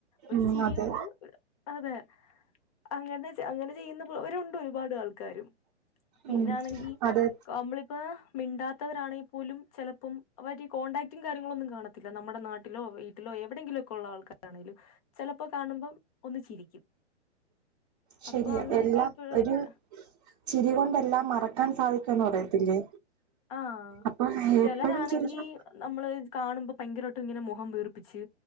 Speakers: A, on the left; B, on the right.
A: ഒരു
B: ഉം
A: ചിരി
B: അതെ
A: കൊണ്ട് ഒരു അതെ അങ്ങനെ അങ്ങനെ ചെയ്യുന്ന അവരുണ്ട് ഒരുപാട് ആൾക്കാരും പിന്നാണെങ്കി
B: ഉം അതെ
A: കമ്മള് ഇപ്പ മിണ്ടാത്തവരാണെങ്കിൽ പോലും ചിലപ്പ മറ്റ കോൺടാക്ടും കാര്യങ്ങളും ഒന്നും കാണത്തി നമ്മുടെ നാട്ടിലോ വീട്ടിലോ എവിടെയെങ്കിലും ഒക്കെ ഉള്ള ആൾക്കാരാണേങ്കിലും ചിലപ്പോ കാണുമ്പം ഒന്ന് ചിരിക്കും
B: ശരിയ
A: അപ്പൊ അങ്ങനെയൊക്കെ
B: എല്ലാം
A: ഇപ്പഴ
B: ഒരു
A: വെച്ച
B: ചിരി കൊണ്ട് എല്ലാം മറക്കാൻ സാധിക്കും എന്ന് പറയത്തില്ലേ
A: ആഹ്
B: അപ്പൊ
A: ചിലരാണെങ്കി
B: എപ്പഴും ചെറിയ
A: നമ്മള് കാണുമ്പോ ഭയങ്കരമായിട്ട് ഇങ്ങനെ മുഖം വീർപ്പിച്ച്